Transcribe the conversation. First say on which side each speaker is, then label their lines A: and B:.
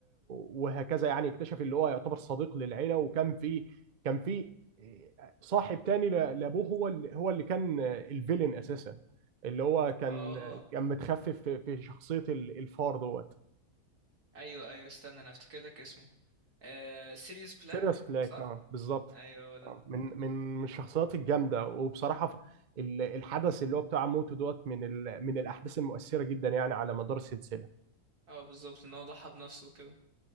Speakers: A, on the right (about 50°); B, on the right (about 85°).
A: وهكذا يعني اكتشف اللي هو يعتبر صديق للعيلة وكان في كان في آه، صاحب تاني ل- لأبوه هو اللي هو اللي كان الفيلن أساسا اللي هو كان
B: اه
A: كان متخفف في في شخصية ال- الفار دوت
B: ايوه ايوه استنى انا افتكر لك اسمه آه سيريوس بلاك
A: سيريوس بلاك
B: صح
A: اه بالظبط
B: ايوه هو ده
A: آه، من من من الشخصيات الجامدة وبصراحة ف- ال- الحدث اللي هو بتاع موته دوت من ال... من الأحداث المؤثرة جدا يعني على مدار السلسلة
B: اه بالظبط ان هو ضحى بنفسه وكده